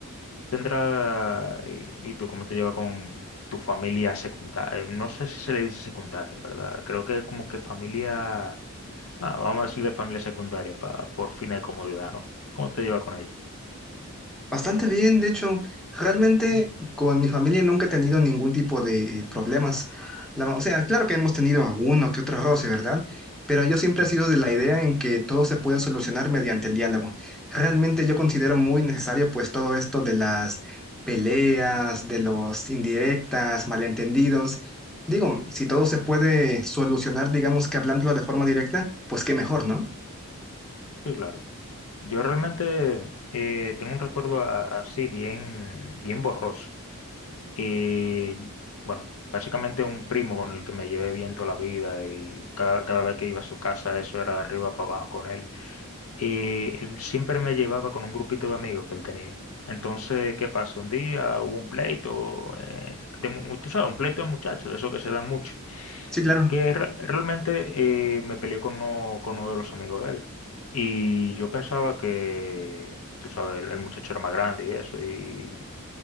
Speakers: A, on the left (about 65°); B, in the centre.
A: Tendrá, ¿y y tú cómo te llevas con tu familia secundaria? No sé si se le dice secundaria, en verdad. Creo que como que familia, ah, vamos a decirle familia secundaria pa- por fines de comodidad, ¿no? ¿Cómo te llevas con ella?
B: Bastante bien, de hecho, realmente
A: Mm,
B: con mi familia nunca he tenido ningún tipo de problemas. La ma- o sea, claro que hemos tenido uno que otro roce, ¿verdad? Pero yo siempre
A: mm.
B: he sido de la idea en que todo se puede solucionar mediante el diálogo. Realmente yo considero muy necesario pues todo esto de las peleas, de los indirectas, malentendidos. Digo, si todo se puede solucionar, digamos que hablándolo de forma directa, pues qué mejor, ¿no?
A: Sí, claro. Yo realmente eh, tengo un recuerdo a- así bien, bien borroso. Y bueno, básicamente un primo con el que me llevé bien toda la vida y cada, cada vez que iba a su casa eso era de arriba para abajo con él. Y él siempre me llevaba con un grupito de amigos que él tenía. Entonces, ¿qué pasó? Un día hubo un pleito, eh, de mu- tú sabes, un pleito de muchachos, de eso que se da mucho
B: Sí, claro.
A: que re- realmente eh, me peleé con uno, con uno de los amigos de él. Y yo pensaba que, tú sabes, el, el muchacho era más grande y eso. Y